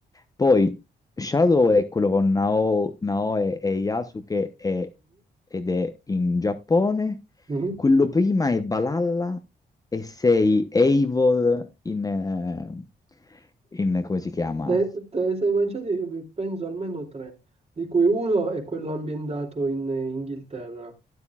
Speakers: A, on the left; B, on the right.
A: Poi Shadow è quello con Nao- Naoe e Yasuke e- ed è in Giappone.
B: mhm.
A: Quello prima è Valhalla e sei Eivor in, eh, in come si chiama?
B: Te, te ne sei mangiati, penso, almeno tre, di cui uno è quello ambientato in Inghilterra,